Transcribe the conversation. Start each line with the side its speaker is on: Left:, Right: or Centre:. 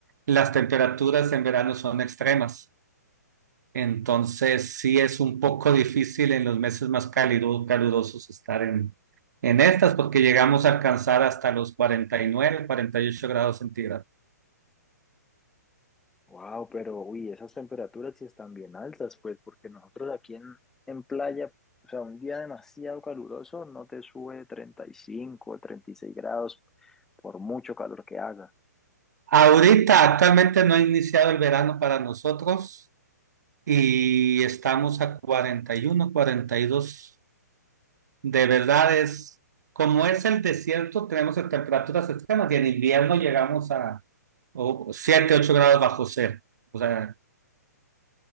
Right: las temperaturas en verano son extremas. Entonces sí es un poco difícil en los meses más cálidos, calurosos estar en, en estas porque llegamos a alcanzar hasta los 49, 48 grados centígrados.
Centre: wow, pero uy, esas temperaturas sí están bien altas, pues, porque nosotros aquí en, en playa, o sea, un día demasiado caluroso no te sube 35 o 36 grados por mucho calor que haga.
Right: Ahorita actualmente no ha iniciado el verano para nosotros y estamos a cuarenta cuarenta y uno, cuarenta y dos. De verdad es, como es el desierto, tenemos temperaturas extremas y en invierno llegamos a o- 7, 8 grados bajo cero. O sea,